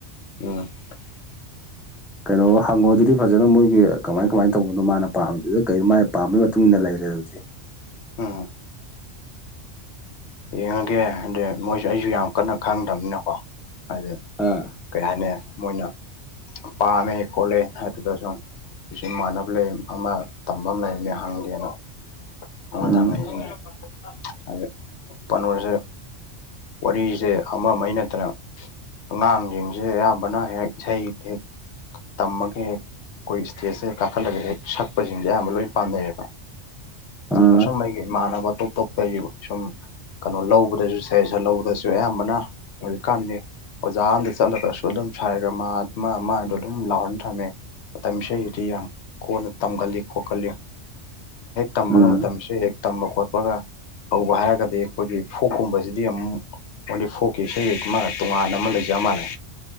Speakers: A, on the left; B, in the centre.
A: ꯎꯝ <inaudible> <unintelligible>
B: ꯀꯩꯅꯣ ꯍꯪꯉꯣ ꯑꯗꯨꯗꯤ ꯐꯖꯅ ꯃꯣꯏꯒꯤ ꯀꯃꯥꯏ ꯀꯃꯥꯏꯅ ꯇꯧꯕꯅꯣ ꯃꯥꯅ ꯄꯥꯝꯃꯤꯗꯨꯗ ꯀꯩꯃꯥꯏꯅ ꯄꯥꯝꯕꯩ ꯃꯇꯨꯡ ꯏꯟꯅ ꯂꯩꯔꯦ ꯑꯗꯨꯗꯤ
A: ꯑꯝ ꯌꯦꯡꯉꯒꯦ ꯑꯗ ꯃꯣꯏꯁꯨꯦ ꯑꯩꯁꯨ ꯌꯥꯝ ꯀꯟꯅ ꯈꯪꯗꯕꯅꯤꯅꯀꯣ ꯑꯗꯨꯗ
B: ꯑꯥ
A: ꯀꯩ ꯍꯥꯏꯅꯤ ꯃꯣꯏꯅ ꯄꯥꯝꯃꯦ ꯈꯣꯠꯂꯦ ꯍꯥꯏꯗꯨꯗ ꯁꯨꯝ ꯑꯩꯁ ꯃꯥꯟꯅꯕ ꯂꯩ ꯑꯃ ꯇꯝꯕ ꯑꯃ ꯂꯩꯔꯝꯅꯦ ꯍꯪꯒꯦꯅ ꯃꯉꯣꯟꯗ
B: ꯎꯝ
A: ꯍꯪꯉꯗꯤ ꯈꯪꯒꯅꯤ ꯑꯗꯨ ꯄꯥꯅꯣꯁꯦ ꯋꯥꯔꯤꯁꯦ ꯑꯃ ꯅꯠꯇꯅ ꯑꯉꯥꯡꯁꯤꯡꯁꯦ ꯑꯌꯥꯝꯕꯅ ꯍꯦꯛ ꯍꯩꯦꯛ ꯇꯝꯃꯒꯦ ꯍꯦꯛ ꯑꯩꯈꯣꯏ ꯏꯁꯇꯦꯖꯁꯦ ꯀꯥꯈꯠꯂꯒ ꯍꯦꯛ ꯁꯛꯄꯁꯤꯡꯁꯦ ꯑꯌꯥꯝ ꯂꯣꯏꯅ ꯄꯥꯝꯅꯩꯌꯦꯕ
B: ꯑꯥ
A: ꯑꯁꯨꯝ <unintelligible> ꯏꯃꯥꯟꯅꯕ ꯇꯣꯞ ꯇꯣꯞꯄ ꯁꯨꯝ ꯀꯩꯅꯣ ꯂꯧꯕꯗꯁꯨ ꯁꯦꯁꯟ ꯂꯧꯕꯗꯁꯨ ꯑꯌꯥꯝꯕꯅ ꯍꯧꯖꯤꯛꯀꯥꯟꯅꯤ ꯑꯣꯖꯥ ꯑꯝꯗ ꯆꯠꯂꯒꯁꯨ ꯑꯗꯨꯝ ꯐꯔꯒ ꯃꯥ ꯑꯃ ꯃꯥꯗꯣ ꯑꯗꯨꯝ ꯂꯥꯎꯍꯟ ꯊꯝꯃꯦ ꯃꯇꯝ ꯏꯁꯩꯗꯨꯗꯤ ꯌꯥꯝ ꯀꯣꯟꯅ ꯇꯝꯒꯜꯂꯤ ꯈꯣꯀꯜꯂꯤ ꯇꯝꯕꯒ
B: ꯎꯝ
A: ꯃꯇꯝꯁꯦ ꯍꯦꯛ ꯇꯝꯕ ꯈꯣꯠꯄꯒ ꯍꯧꯕ ꯍꯥꯏꯔꯒꯗꯤ ꯑꯩꯈꯣꯏꯒꯤ ꯐꯣꯛꯀꯨꯝꯕꯁꯤꯗꯤ ꯑꯃꯨꯛ ꯃꯣꯏꯗꯤ ꯐꯣꯛꯀꯤ ꯏꯁꯩ ꯃ ꯇꯣꯉꯥꯟꯅ ꯑꯃ ꯂꯩꯖ ꯃꯥꯜꯂꯦ